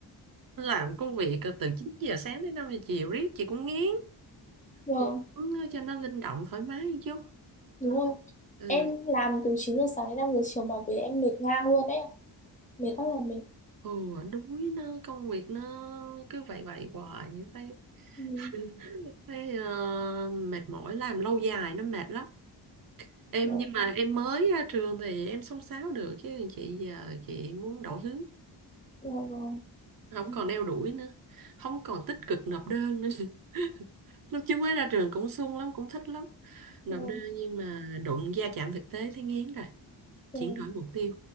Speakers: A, on the right (about 50°); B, on the left (about 20°).
A: làm công việc từ 9 giờ sáng đến 5 giờ chiều riết chị cũng ngán.
B: Vâng,
A: Chị muốn cho nó linh động thoải mái một chút. Ờ,
B: đúng rồi.
A: Ừ,
B: Em làm từ 9 giờ sáng đến 5 giờ chiều mà về em mệt ngang luôn đấy. ạ. Mệt rất là mệt.
A: ừ đuối nó công việc nó cứ vậy vậy hoài thấy
B: Ừ.
A: <laughs> thấy ờ, mệt mỏi làm lâu dài nó mệt lắm em
B: Dạ
A: nhưng mà
B: Vâng.
A: em mới ra trường thì em xông xáo được chứ chị giờ chị muốn đổi hướng
B: Dạ vâng.
A: không
B: Ừ.
A: còn đeo đuổi nữa không còn tích cực nộp đơn nữa <laughs> lúc trước mới ra trường cũng sung lắm cũng thích lắm nộp
B: Dạ Vâng.
A: đơn nhưng mà đụng va chạm thực tế thấy ngán rồi
B: Dạ
A: chuyển
B: Vâng.
A: đổi mục tiêu